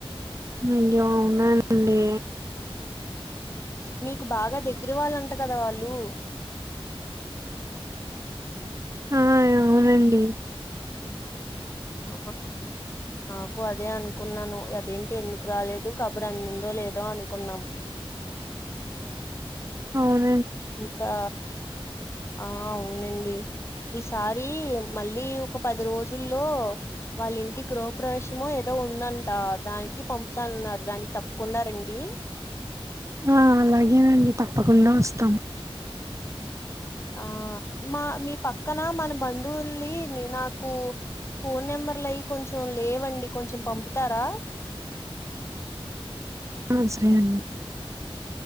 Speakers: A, on the right (about 30°); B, on the left (about 25°).
A: అయ్యో అవునానండి
B: మీకు బాగా దగ్గర వాళ్ళంట కదా వాళ్ళు
A: ఆ అవునండి
B: ఆ నాకు అదే అనుకున్నాను అదేంటి ఎందుకు రాలేదు కబర్ అందిందో లేదో అనుకున్నా
A: అవున్
B: ఇంకా ఆ అవునండి ఈసారి మళ్ళీ ఒక పది రోజుల్లో వాళ్ళ ఇంటి గృహప్రవేశముో ఏదో ఉందంట దానికి పంపుతానన్నారు దానికి తప్పకుడా రండి
A: ఆ అలాగేనండి తప్పకుండా వస్తాం
B: ఆ మా మీ పక్కన మన బంధువుల్ని నాకు ఫోన్ నెంబర్లు అయి కొంచెం లేవండి కొంచెం పంపుతారా
A: హ్మ్ సరే అండి